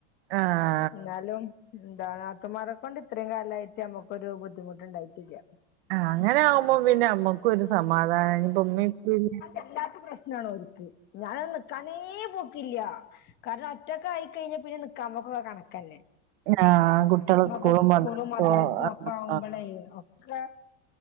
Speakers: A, on the right; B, on the left.
A: ആഹാ... !
B: എന്നാലും എന്ത നാത്തൂ മാരെക്കൊണ്ട് ഇത്രയും കാലയിട്ട് നമ്മുക്കൊരു ബുദ്ധിമുട്ട് ഉണ്ടായിട്ടില്ല
A: അങ്ങനൊവുമ്പോ പിന്നെ നമുക്കും ഒരു സമാധാനം ഇഞ്ഞി പ്പോ ഉമ്മി ഇപ്പിൻ
B: എല്ലാത്ത പ്രശ്നണോ ഒരിക്ക് ഞാനൊന്നും നിക്കാനേ പോക്കില്ല കാരണം ഒറ്റക്കെയി കഴിഞ്ഞാൽ പിന്നെ നിക്കാൻ പോക്കൊക്കെ കണക്കന്നെ
A: ആഹ് കുട്ടികള്
B: മക്കക്കും സ്കൂളും,
A: മദ്രസോ
B: മദ്രസ
A: ആഹ്
B: ഒക്കെ ആകുമ്പോളേ ഒക്കെ-